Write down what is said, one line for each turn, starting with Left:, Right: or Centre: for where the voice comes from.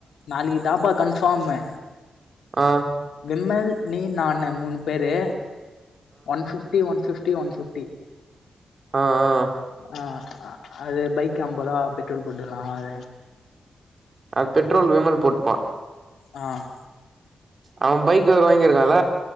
Left: நாளைக்கி தாபா கன்ஃபாமு
Right: ஆ
Left: விம்மல் நீ நானு மூணு பேரு one fifty one fifty one fifty
Right: ஆ ஆ
Left: ஆ அது பைக் அம்பதா பெட்ரோல் போட்டுக்லா அது
Right: அ பெட்ரோல் விமல் போட்டுப்பா
Left: ஆ
Right: அவ பைக் வேற வாங்கிருக்கால